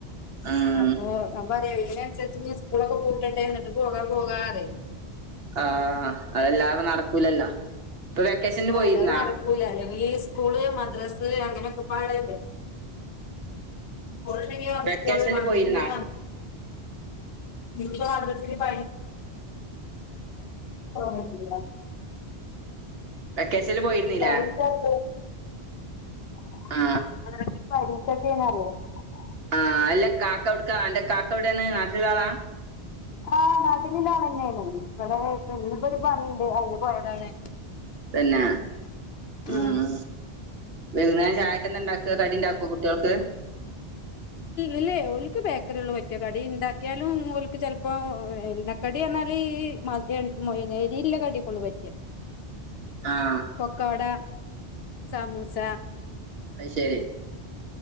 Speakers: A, on the right (about 70°); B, on the left (about 70°).
A: ഉം
B: അപ്പൊ, പ അതിനനുസരിച്ച്, ന്ന് സ്കൂളൊക്കെ പൂട്ടട്ടെ, ന്നിട്ട്, പോകാ, പോകാറയും
A: ആഹ, അതെല്ലാപ്പൊ, നടക്കൂലല്ലോ, ഇപ്പൊ, വെക്കേഷന്,
B: ആ
A: പോയിരുന്നാ.
B: അല്ലാതെ നടക്കൂല അല്ലെങ്കിൽ ഈ, സ്കൂള്, മദ്രാസ് അങ്ങനെയൊക്കെ പാടല്ലേ. <unintelligible> മദ്രസ്
A: വെക്കേഷനിൽ
B: ണ്ടേല്, മദ്രസ്
A: പോയിരുന്നാ
B: <unintelligible> മദ്രസ് <inaudible> പറ്റൂല.
A: വെക്കേഷനിൽ പോയിരുന്നില്ലേ
B: പരീഷ <inaudible> <unintelligible>
A: ആ ആ അല്ല കാക്ക എവിടുക്കാ അന്റെ കാക്ക എവിടെയാണ് നാട്ടിലുള്ളയാളാ
B: ആ നാട്ടിലുള്ള ആളന്നെയാണ് ഇവിടെ ഇന്നിപ്പോ ഒരു പണിയുണ്ട് അതിന് പോയതാണ്
A: പിന്നെ ഉം
B: ആ
A: വൈകുന്നേരം ചായക്ക് എന്താ ഉണ്ടാക്ക കടി ഉണ്ടാക്കുവോ കുട്ടികൾക്ക്
B: ഇല്ലേ ഒല്ക്ക് ബേക്കറി ഉള്ള പറ്റിയ കടി ഉണ്ടാക്കിയാലും ഓലക്ക് ചെലപ്പോ എണ്ണക്കടിയ പറഞ്ഞാല് മധു എരുവുള്ള കടിയൊക്കെ ഓർക്ക് പറ്റൂല
A: ആഹ്
B: പക്കോട സമോസ
A: അത് ശരി